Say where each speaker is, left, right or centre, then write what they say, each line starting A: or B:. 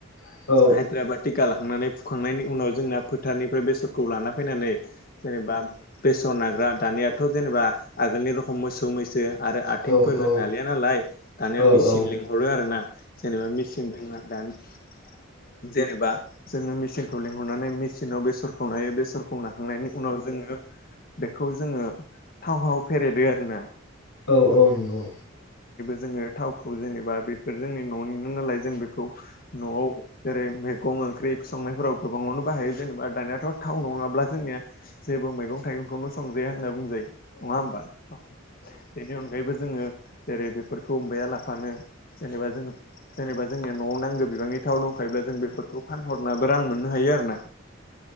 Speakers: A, on the left; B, on the left.
A: औ औ नंगौ औ
B: हाजिरा बा टिका ला- खांनानै फुखांनायनि उनाव जोंना फोथारनिफ्राय बेसरखौ लाना फैनानै जेनेबा बेसर नाग्रा दानियाथ' जेनेबा आगोलनि रखम मोसौ मैसो आरो आथिंफोर
A: औ औ नंगौ औ
B: जों नालिया नालाय दानिया
A: औ
B: मेचिन लिंहरो आरो ना जेनेबा मेचिन जोंना दानि जेनेबा जोङो मेसिनखौ लिंहरनानै मेचिनाव बेसरखौ नायो बेसरखौ नाखांनायनि उनाव जोङो बेखौ जोङो थावहाव फेरेदो आरो ना
A: औ औ नंगौ
B: जोङो थावखौ जेनेबा बेफोर जोंनि न'नि नो नालाय जों बेखौ न'आव जेरै मै- गं ओंख्रि संनायफोराव गोबाङावनो बाहायो जेनेबा दानियाथ' थाव नङाब्ला जोंनिया जेबो मैगं थाइगंखौनो संजाया होनना बुंजायो नङा होमबा बेनि अनगायैबो जोङो जेरै बेफोरखौ अमबाया लाफानो जेनेबा जों जेनेबा जोंनि न'आव नांगौ बिबांनि थाव दंखायोब्ला जों बेफोरखौ फानहरनाबो रां मोननो हायो आरो ना